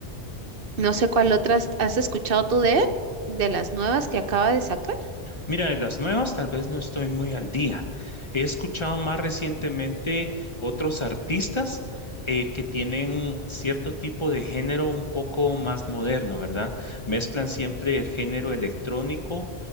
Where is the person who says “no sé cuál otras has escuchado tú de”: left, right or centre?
Right